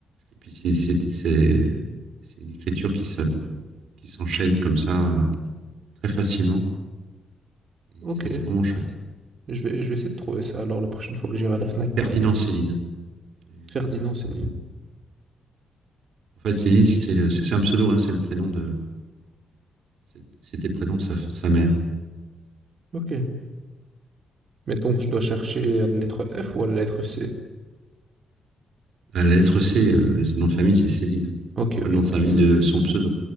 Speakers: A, on the right; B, on the right.
A: puis c'est, c'est, c'est, c'est une écriture qui se- qui s'enchaîne comme ça, euh, très facilement. Et
B: Ok.
A: c'est c'est vraiment chouette.
B: Je vais, je vais essayer de trouver ça alors la prochaine fois que j'irai à la Fnac.
A: Ferdinand Céline. hein. Et, euh,
B: Ferdinand, c'est
A: en fait, Céline, c'est le- c'est c'est un pseudo, hein, c'est le prénom de, c'est- c'était le prénom de sa, sa mère.
B: Ok. Mais donc, je dois chercher à la lettre F ou à la lettre C?
A: À la lettre C, euh, c'est nom de famille, c'est Céline.
B: Ok,
A: Enfin,
B: ok,
A: le nom de
B: ok.
A: famille de son pseudo.